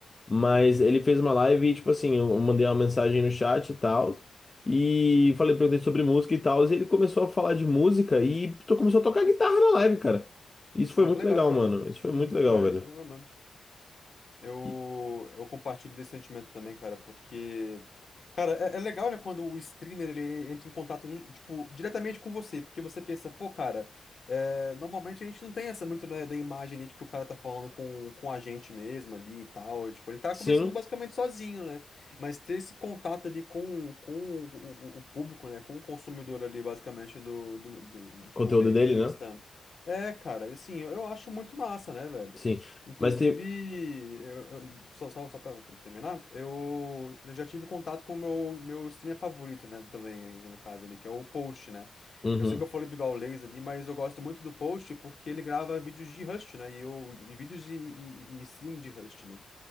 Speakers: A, on the left; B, on the left.
A: Mas
B: Uhum.
A: ele fez uma live e, tipo assim, eu mandei uma mensagem no chat e tal. E falei, perguntei sobre música e tal. E ele começou a falar de música e to- começou a tocar guitarra na live, cara. Isso foi
B: Ah,
A: muito
B: que legal,
A: legal,
B: cara.
A: mano. Isso foi
B: Uhum.
A: muito legal,
B: Ah,
A: velho.
B: isso é legal mesmo. Eu,
A: E-
B: eu compartilho desse sentimento também, cara, porque. Cara, é, é legal, né, quando o streamer ele entra em contato, ju- tipo, diretamente com você, porque você pensa, pô, cara, é, normalmente a gente não tem essa muito da, da imagem ali de que o cara tá falando com, com a gente mesmo ali e tal. Tipo, ele tá
A: Sim,
B: conversando basicamente sozinho, né? Mas ter esse contato ali com, com o, o- o público, né, com o consumidor ali, basicamente, do, do, do- tipo,
A: conteúdo
B: meio
A: dele,
B: que instant.
A: né?
B: É, cara, assim, eu eu acho muito massa, né, velho?
A: Sim.
B: Inclusive,
A: Mas tem.
B: eu, eu- só, só, só pra terminar, eu já tive contato com o meu, meu streamer favorito, né? Também, no caso ali, que é o Post, né?
A: Uhum.
B: Eu sei que eu falei do Gaules ali, mas eu gosto muito do Post porque ele grava vídeos de Rust, né? E, eu, e vídeos e, e, e stream de Rust, né?